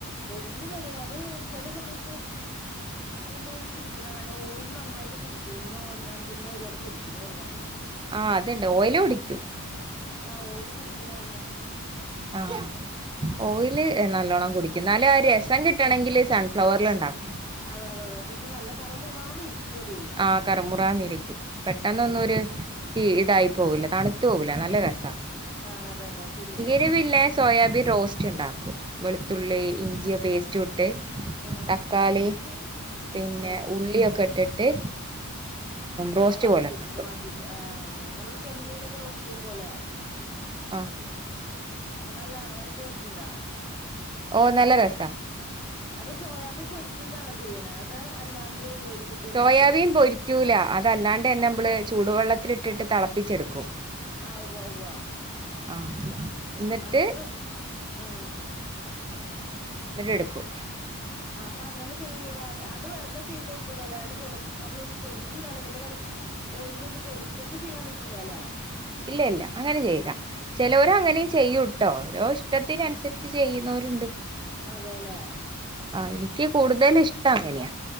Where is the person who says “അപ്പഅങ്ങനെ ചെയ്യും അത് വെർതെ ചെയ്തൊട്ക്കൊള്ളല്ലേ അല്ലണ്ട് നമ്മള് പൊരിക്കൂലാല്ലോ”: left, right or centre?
Left